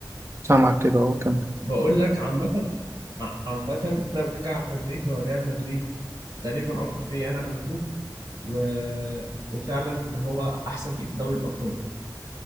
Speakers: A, on the right; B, on the right.
A: سامعك كده أهو كمل
B: بقول لك عامه آه، عامه انا بشجع مدريد هو ريال مدريد تقريبا اكتر فريق انا بحبه و... وفعلا هو احسن فريق في دوري الابطال